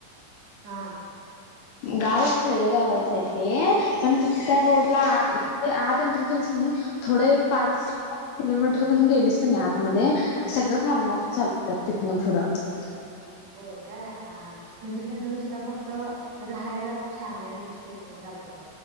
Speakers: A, on the right (about 70°); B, on the left (about 90°).
A: हा,
B: गाव खेडगावाच आहे, ते पण तिथ त्या रोडला, ते आत एंटर केलीस की नाही, थोडं एक पाच किलोमीटरून गेलीस कि नाही आतमध्ये. सगळं फार्म
A: हा
B: हाऊस चालतात. तिथनं पुढं,
A: होय काय, हा हा म्हणजे तिथून नुसता फक्त राहायलाच छान आहे, हिल स्टेशन सारखं.